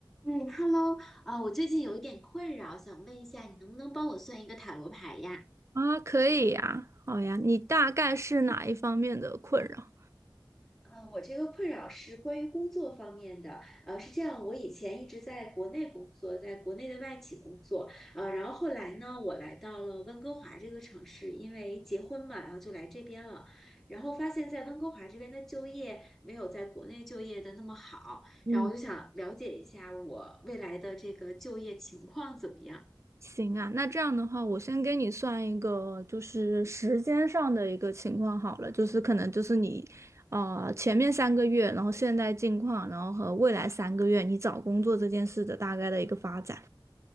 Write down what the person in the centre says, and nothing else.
嗯，Hello，啊，我最近有一点困扰，想问一下，你能不能帮我算一个塔罗牌呀？
啊，我这个困扰是关于工作方面的，呃，是这样，我以前一直在国内工作，在国内的外企工作，呃，然后后来呢，我来到了温哥华这个城市，因为结婚嘛，然后就来这边了，然后发现在温哥华这边的就业没有在国内就业的那么好，
然后我就想了解一下我未来的这个就业情况怎么样。